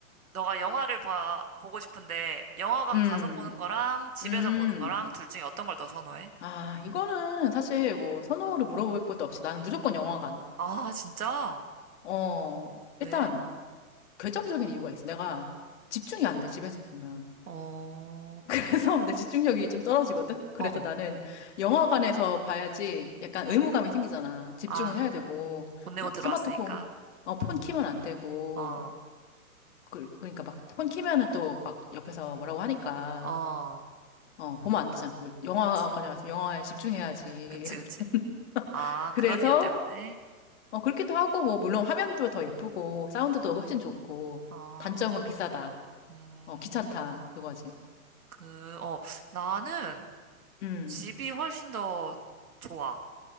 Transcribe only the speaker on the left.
음,
음.
아, 이거는 사실 뭐 선호를 물어볼 것도 없이 나는 무조건 영화관.
어,
일단, 결정적인 이유가 있어. 내가 집중이 안 돼, 집에서 보면.
그래서 <laughs> 내 집중력이 좀 떨어지거든? 그래서
나는 영화관에서 봐야지 약간 의무감이 생기잖아. 집중을
해야 되고,
막
스마트폰, 어, 폰 키면 안 되고,
그, 그러니까 막 폰 키면은 또 막 옆에서 뭐라고 하니까,
어, 보면 안 되잖아. 뭐 영화관에
왔으면 영화에 집중해야지.
<laughs>
그래서,
어, 그렇기도 하고, 뭐, 물론 화면도 더 예쁘고, 사운드도 훨씬 좋고,
단점은 비싸다.
어, 귀찮다. 그거지.
음